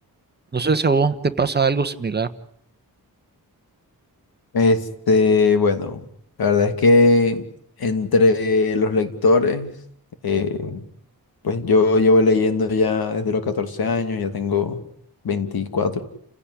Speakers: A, on the right (about 25°); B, on the left (about 75°).
A: No sé si a vos te pasa algo similar.
B: Este, bueno, la verdad es que entre los lectores, eh, pues yo llevo leyendo ya desde los 14 años, ya tengo veinticuatro